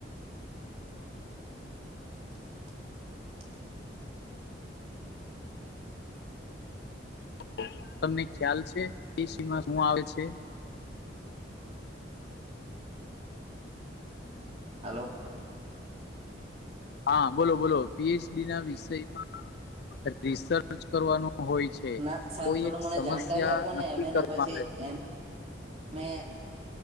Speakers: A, on the right; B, on the left.
A: <inaudible> <inaudible>
B: તો તમને ખ્યાલ છે પીસીમાં શું આવે છે?
A: હલો
B: હા બોલો બોલો પીએચડીના વિષયમાં રિસર્ચ કરવાનું હોય છે.
A: ના સાહેબ
B: કોઈ
A: થોડું
B: એક
A: મને
B: સમસ્યા
A: જાણકારી આપો
B: નક્કી
A: એમ એ
B: કરવા
A: ના પછી
B: રેતું.
A: એમ ને